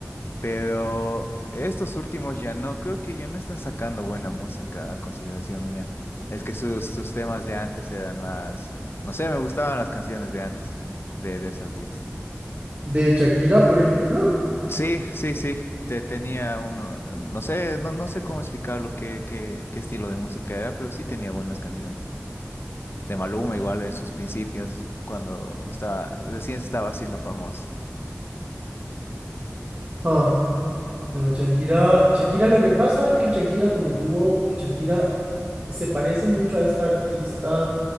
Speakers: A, on the left; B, on the right.
A: Pero estos últimos ya no, creo que ya no están sacando buena música, a consideración mía. Es que sus, sus temas de antes eran más, no sé, me gustaban las canciones de antes de, de esos artistas.
B: de Shakira, por ejemplo.
A: Sí, sí, sí. Te tenía uno, no sé, no, no sé cómo explicarlo, qué, qué, qué estilo de música era, pero sí tenía buenas canciones. De Maluma igual en sus principios, cuando estaba, recién se estaba haciendo famoso.
B: ah. No, Shakira, Shakira, lo que pasa es que Shakira, como tuvo, Shakira se parece mucho a esta artista,